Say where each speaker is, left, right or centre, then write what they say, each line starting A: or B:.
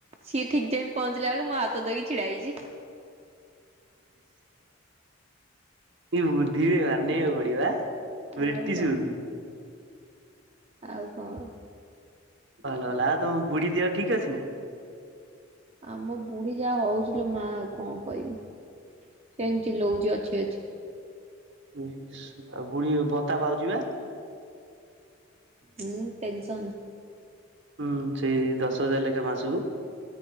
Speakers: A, on the right; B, on the right.
A: ସି ଠିକ ଯାଇ ପହଞ୍ଚିଲା ବେଳକୁ ମୋଆପ ତୋ ଦେଇ ଛିଡା ହେଇଛି।
B: ବୁଦ୍ଧିବ ନାନେ ଓଡିବା।
A: ଆଉ
B: ଉରିଟି
A: କଣ
B: ଚୁଦ
A: ଆଉ କଣ?
B: ଭଲ ହେଲା, ତମ ବୁଢୀ ଦିହ ଠିକ ଅଛି ନା?
A: ଆମ ବୁଢୀ ଯାହା ହଉଚିଲ ମା ଆଉ କଣ କହିବି, ସେମତିିଚିଲଉଛି ଅଛି, ଅଛି।
B: ହୁଁ, ଆଉ ବୁଢି ଭତା ପାଉଛି ବା।
A: ହୁଁ ଟେନସନ୍।
B: ହୁଁ, ସେଇ ଦଶ ହଜାର ଲେଖାଏଁ ମାସକୁ।